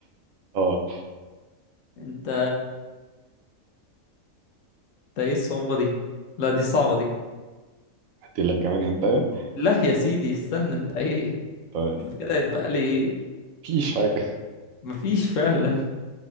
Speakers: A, on the right (about 75°); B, on the left (about 70°).
A: اه
B: انت ده ايه الصعوبة دي لا دي صعبة دي
A: ادي لك كمان هنتايه
B: لا يا سيدي استنى انت ايه
A: طيب
B: انا كده يتبقى لي ايه
A: مفيش حاجة
B: مفيش فعلا